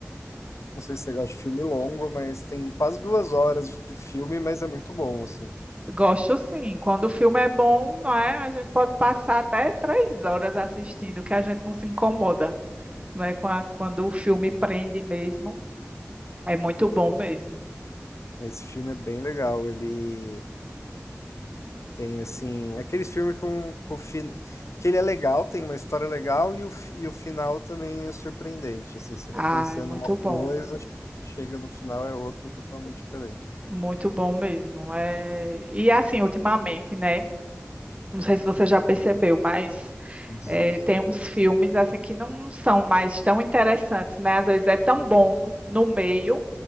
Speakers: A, on the left (about 90°); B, on the right (about 25°).
A: Não sei se você gosta de filme longo, mas tem quase duas horas de filme, mas é muito bom, assim.
B: Gosto sim. Quando o filme é bom, não é? A gente pode passar até três horas assistindo, que a gente não se incomoda, não é? Qua- Quando o filme prende mesmo, é muito bom mesmo.
A: Esse filme é bem legal. Ele tem, assim, aqueles filmes com, com fin... que ele é legal, tem uma história legal e o, fi- e o final também é surpreendente. Assim, você
B: Ah,
A: tá pensando
B: é muito
A: uma
B: bom,
A: coisa, chega no final é outra totalmente diferente.
B: muito bom mesmo. É... E assim, ultimamente, né? Não sei se você já percebeu, mas
A: Uhum.
B: é, tem uns filmes assim que não são mais tão interessantes, né? Às vezes é tão bom no meio,